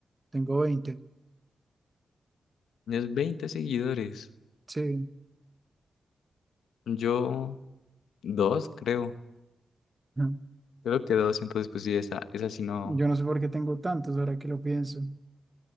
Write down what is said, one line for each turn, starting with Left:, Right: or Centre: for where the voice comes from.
Right: Tengo 20.
Left: es 20 seguidores.
Right: sí.
Left: Yo, dos, creo.
Right: Ujú.
Left: Creo que dos, entonces pues sí, esa, esa sí no.
Right: Yo no sé por qué tengo tantos ahora que lo pienso.